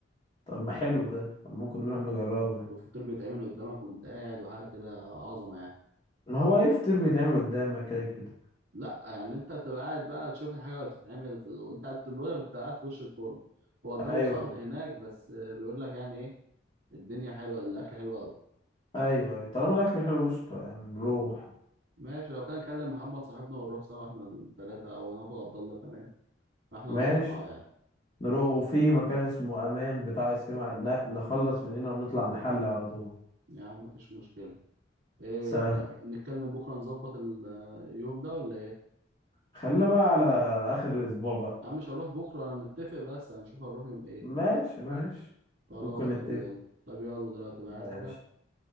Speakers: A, on the left; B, on the right.
A: طب ما حلو ده طب ممكن نروح نجربه ده
B: والفطير بيتعمل قدامك وانت قاعد وحاجه كده عظمه يعني
A: ما هو اي فطير بيتعمل قدامك كده كده
B: لا يعني انت بتبقى قاعد بقى تشوف الحاجه وهي بتتعمل في ال... وانت قاعد بيقول لك بتبقى قاعد في وش الفرن هو الجو
A: ايوه
B: صهد هناك بس بيقول لك يعني ايه الدنيا حلوه الاكل حلو قوي
A: ايوه ايوه طالما الاكل حلو قشطه يعني نروح
B: ماشي لو كان نكلم محمد صاحبنا ونروح سوا احنا الثلاثه او ناخد عبد الله كمان فاحنا
A: ماشي
B: الاربعه يعني
A: نروح وفي مكان اسمه امان بتاع ايس كريم ن- نخلص من هنا ونطلع نحل على طول
B: يا عم مفيش مشكله ايه
A: سهل
B: ن... نتكلم بكره نظبط اليوم ده ولا ايه
A: خلينا بقى على اخر الاسبوع بقى
B: يا عم مش هنروح بكره نتفق بس هنشوف هنروح يوم ايه
A: ماشي ماشي
B: خلاص
A: ممكن نتفق
B: طب يلا طب يلا دلوقتي بقى
A: ماشي
B: عايز حاجه